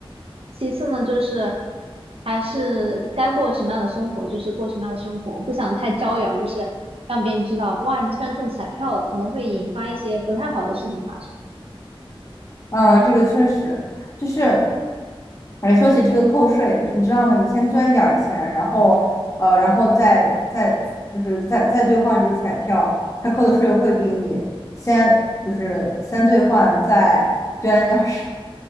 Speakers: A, on the right; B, on the left.
A: 其次呢，就是还是该过什么样的生活，就是过什么样的生活。我不想太招摇，就是让别人知道，哇，你突然中彩票了，可能会引发一些不太好的事情发生。
B: 嗯，呃这个确实就是。哎，说起这个扣税，就是你知道吗？你先捐一点儿钱，然后呃，然后再再就是再再兑换这个彩票，它扣的税会比你先就是先兑换再捐要少。